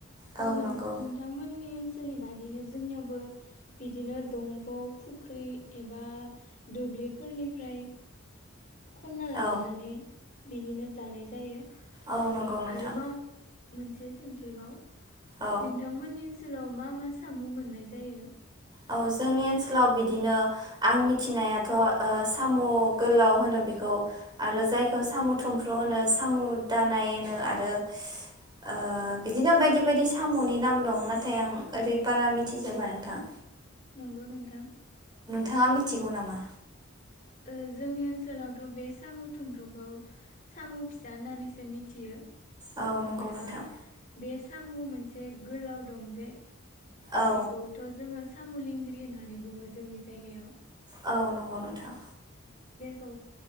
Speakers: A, on the right; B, on the left.
A: औ
B: ओ नोंथांमोननि
A: नंगौ
B: ओन सोलनि बादिनो जोंनियावबो बिदिनो दंग' फुख्रि एबा दुब्लिफोरनिफ्राय खनना लाबोनानै
A: औ
B: बिदिनो जानाय जायो।
A: औ
B: ओ
A: नंगौ नोंथां
B: आरोबाव मोनसे सोंथिबाव
A: औ
B: नोंथांमोननि ओन सोलाव मा मा सामु मोननाय जायो?
A: औ जोंनि ओनसोलाव बिदिनो आं मिथिनायाथ' ओ साम' गोलाव होनो बेखौ। आरो जायखौ
B: उम,
A: साम'थुम- फ्र' होनो साम' दानाय होनो आरो ओ बिदिनो बायदि बायदि साम'नि नाम दं नाथाय आं ओरै बारा मिथिजोबा नोंथां।
B: नंगौ नोंथां।
A: थाङा मिथिगौ नामा?
B: ओ जोंनि ओनसोलावथ' बे साम' थुमफ्रुखौ साम' फिसा होननानैसो मिथियो।
A: औ नंगौ
B: ओमफ्राय
A: नोंथां
B: बे साम' मोनसे गोलाव दं जे
A: औ
B: बेखौथ' जोङो साम' लिंग्रि होननानै बुङो जोंनि जायगायाव।
A: औ नंगौ नोंथां
B: खौ